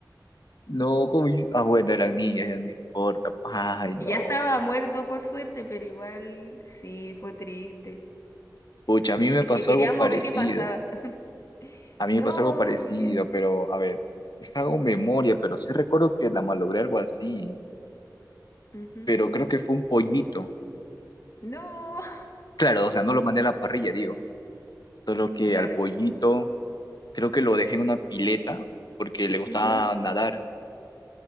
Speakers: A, on the left; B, on the left.
A: no, como, ah, bueno, eran niños, ya no importa, ay, no,
B: Y ya estaba muerto por suerte, pero igual sí, fue triste.
A: pucha, a mí me
B: Es
A: pasó
B: que queríamos
A: algo parecido,
B: ver qué pasaba. <laughs>
A: a mí
B: No,
A: me pasó algo parecido,
B: porque...
A: pero, a ver, hago memoria, pero sí recuerdo que la malogré algo así,
B: ujú.
A: pero creo que fue un pollito,
B: No,
A: claro, o sea, no lo mandé a la parrilla, digo, solo que
B: <laughs> claro.
A: al pollito, creo que lo dejé en una pileta, porque le gustaba
B: ujú.
A: nadar,